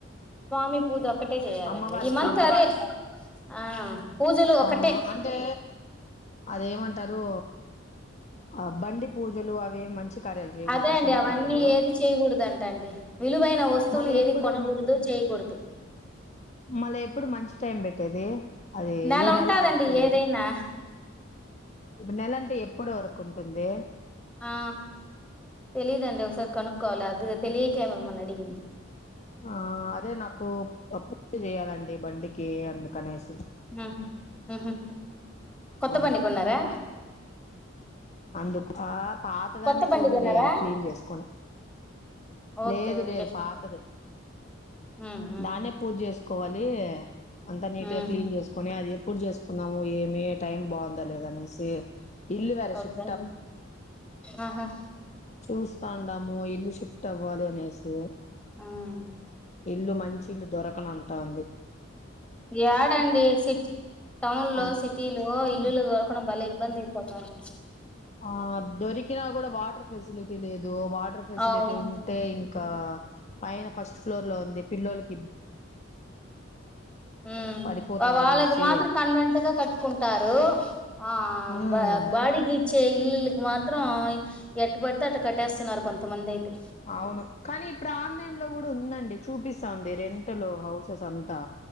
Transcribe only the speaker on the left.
అమ్మవారి
పూజ
ఆ అంటే అదేమంట్ టరూ, ఆ బండి పూజలు అవేం మంచి కార్యాలు చేయకూడదా
శుభకార్యాలు
మళ్ళీ
ఎప్పుడు
మళ్ళీ ఎప్పుడు మంచి టైం పెట్టేది అది
ఈ
అయిపోయేది
ఇప్పుడు నెలంటే ఎప్పుడు వరకు ఉంటుంది.
ఆ అదే నాకు పూజ చేయాలండి బండికి అందుకనేసి
ఆ
అందుక పాతదాన్నే
పూజ
చేయాలి క్లీన్ చేసుకొని
లేదు
లేదు పాతదే
దాన్నే పూజ చేస్ కోలీ అంతా నీటిగా
క్లీన్ చేసుకొని అది పూజ చేసుకున్నాము ఏమి టైం బాగుంద లేద అనేసి ఇల్లు వర
శివ్
చూస్తండాము ఇల్లు షిఫ్ట్ అవ్వాలి అనేసి
ఇల్లు మంచి ఇల్లు దొరకనటాంది
అది
ఆ
ఆ దొరిక్ ఇలా కూడా వాటర్ ఫెసిలిటీ లేదు వో వాటర్ ఫెసిలిటీ
ఉంటే ఇం ఒకా పైన ఫస్ట్ ఫ్లోర్ లో ఉంది పిల్లలకి
పడిపోతారనేసి
ఉమ్
అవును కానీ ఇప్పుడు ఆన్లైన్ లో కూడా ఉందండి చూపిస్తా ఉంది రెంటలో హౌసెస్ అంతా